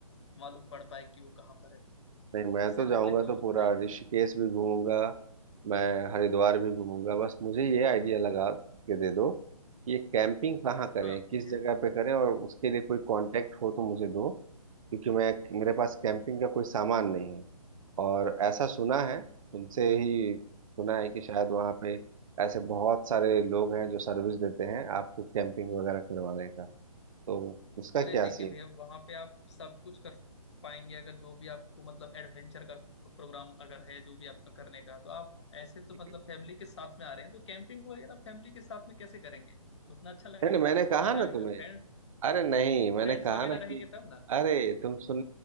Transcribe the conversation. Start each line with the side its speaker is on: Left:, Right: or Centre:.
Left: मालूम पड़ पाए कि वो कहाँ पर है
Right: नहीं मैं
Left: उससे
Right: तो
Left: पहले
Right: जाऊंगा तो
Left: तो
Right: पूरा
Left: नहीं है
Right: ऋषिकेश भी घूमूंगा मैं हरिद्वार भी घूमूंगा बस मुझे ये आइडिया लगा के दे दो कि ये कैंपिंग कहाँ करें
Left: हाँ
Right: किस
Left: पूछिए
Right: जगह पे करें और उसके लिए कोई कांटेक्ट हो तो मुझे दो क्योंकि मैं मेरे पास कैंपिंग का कोई सामान नहीं है और ऐसा सुना है तुमसे ही सुना
Left: हाँ जी
Right: है कि शायद वहाँ पे ऐसे बहुत सारे लोग हैं जो सर्विस देते हैं आपको कैंपिंग वगैरह करवाने का तो उसका
Left: अरे
Right: क्या
Left: देखिए
Right: सीन
Left: भैया वहां पे आप सब कुछ कर पाएंगे अगर जो भी आपको मतलब एडवेंचर का प्रोग्राम अगर है जो भी आपका करने का तो आप ऐसे तो
Right: ठीक
Left: मतलब
Right: है।
Left: फैमिली के साथ में आ रहे हैं तो कैंपिंग वगैरह फैमिली के साथ में कैसे करेंगे उतना अच्छा लगेगा
Right: नहीं नहीं मैंने कहा
Left: मजा
Right: ना
Left: आएगा
Right: तुम्हें
Left: फ्रेंड
Right: अरे नहीं मैंने
Left: फ्रेंड्स
Right: कहा
Left: वगैरह
Right: ना कि
Left: रहेंगे तब ना
Right: अरे तुम सुन